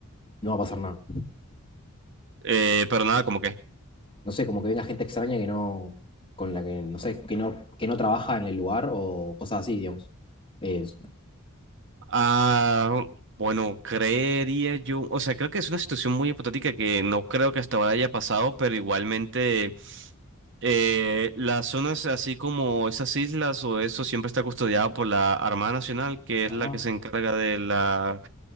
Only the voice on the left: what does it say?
no va a pasar nada?
No sé, como que venga gente extraña que no, con la que, no sé, que no, que no trabaja en el lugar o cosas así, digamos. Es-
ajá,